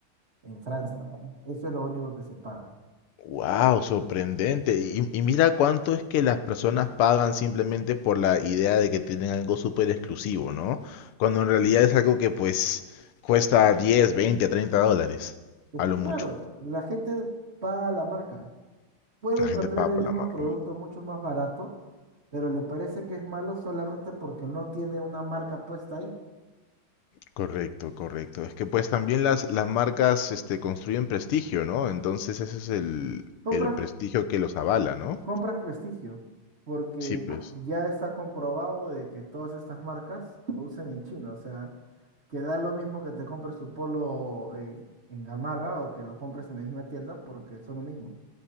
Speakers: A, on the right (about 30°); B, on the left (about 85°).
A: en Francia. Eso es lo único que se paga.
B: Wow, sorprendente. Y, y mira cuánto es que las personas pagan simplemente por la idea de que tienen algo súper exclusivo, ¿no? Cuando en realidad es algo que pues cuesta 10, 20, 30 dólares,
A: Es
B: a
A: que
B: lo
A: claro,
B: mucho.
A: la gente paga la marca. Puede
B: La
A: encontrar
B: gente paga
A: el
B: por
A: mismo
B: la marca.
A: producto mucho más barato, pero le parece que es malo solamente porque no tiene una marca puesta ahí.
B: Correcto, correcto. Es que pues también las, las marcas este, construyen prestigio, ¿no? Entonces ese es el,
A: Compras,
B: el prestigio que los avala, ¿no?
A: compras prestigio, porque
B: Sí, pues.
A: ya está comprobado de que todas estas marcas producen en China. O sea, que da lo mismo que te compres tu polo en, en Gamarra o que lo compres en la misma tienda, porque son lo mismo.